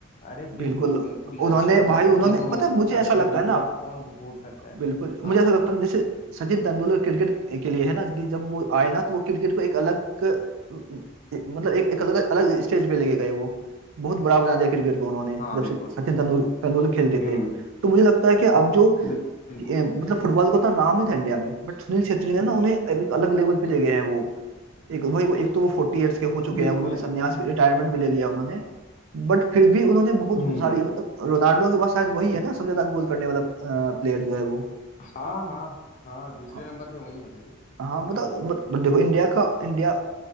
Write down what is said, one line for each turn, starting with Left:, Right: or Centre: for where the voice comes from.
Left: अरे बिल्कुल
Right: बिल्कुल
Left: बिल्कुल यार
Right: उन्होंने
Left: सुनील
Right: भाई
Left: छेत्री
Right: उन्होंने
Left: को
Right: पता
Left: भाईचुंग
Right: है मुझे ऐसा लगता
Left: भूटिया
Right: है ना
Left: को कौन भू- भूल सकता है
Right: बिल्कुल मुझे
Left: हाँ
Right: ऐसा लगता है जैसे सचिन तेंदुलकर क्रिकेट के लिए है ना कि जब वो आए ना तो वो क्रिकेट को एक अलग मतलब एक, एक अलग अलग स्टेज पे लेके गए वो बहुत बड़ा बना दिया क्रिकेट को उन्होंने
Left: हाँ
Right: जब
Left: बिल्कुल
Right: से सचिन तेंदुल- तेंदुलकर खेलते
Left: हम्म
Right: थे तो मुझे लगता है कि अब जो
Left: बिल्कुल
Right: ए, मतलब फुटबॉल का उतना नाम नहीं था इंडिया में बट सुनील छेत्री ने ना उन्हें एक अलग लेवल पे ले गए हैं वो एक भाई वो एक तो वो फोर्टी ईयर्स के हो चुके
Left: बिल्कुल
Right: हैं अब उन्होंने
Left: यार
Right: संन्यास रिटायरमेंट भी ले लिया उन्होंने बट फिर भी उन्होंने बहुत
Left: हम्म
Right: सारी मतलब रोनाल्डो के बाद शायद वही है ना सबसे ज्यादा गोल करने वाला प्लेयर जो है वो
Left: हाँ हाँ हाँ दूसरे
Right: हाँ।
Left: नंबर पे वही है भाई
Right: हाँ बताओ बत, बत, देखो इंडिया का इंडिया